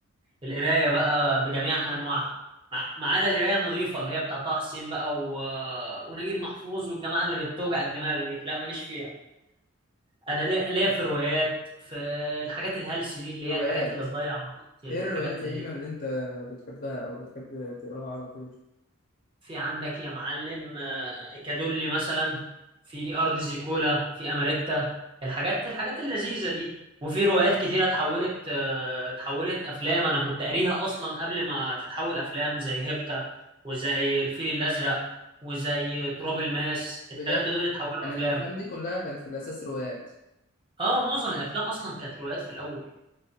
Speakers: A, on the right; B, on the left.
A: القرايه بقى بجميع
B: يعني
A: انواعها مع- ما عدا القرايه النظيفه اللي هي بتاع طه حسين بقى و... ونجيب محفوظ والجماعه اللي بتوجع الدماغ دي لا ماليش فيها انا ليا ليا في روايات في الحاجات الهلس دي اللي هي
B: روايات
A: الحاجات اللي تضيع وقت الحاجات
B: إيه الروايات يا إيمان اللي أنت بتحبها أو بتحب تقراها على طول؟
A: في عندك يا معلم آه، إيكادولي مثلا في أرض زيكولا في أماريتا الحاجات الحاجات اللذيذة دي وفي روايات كتيرة اتحولت آه، اتحولت أفلام أنا كنت قاريها أصلا قبل ما تتحول أفلام زي هيبتا وزي الفيل الأزرق وزي تراب الماس
B: بجد
A: التلاتة دول اتحولوا
B: يعني
A: أفلام
B: الافلام دي كلها كانت في الاساس روايات
A: اه معظم الأفلام أصلا كانت روايات في الأول